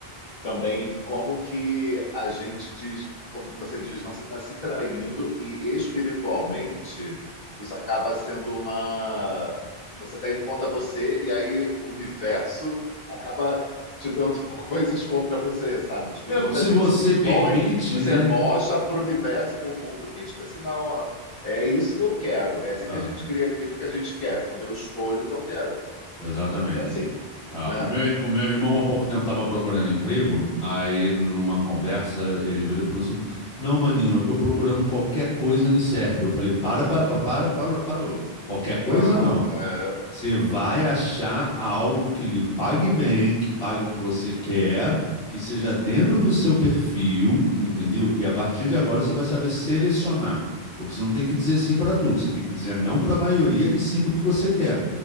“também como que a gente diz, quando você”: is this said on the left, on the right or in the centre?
Left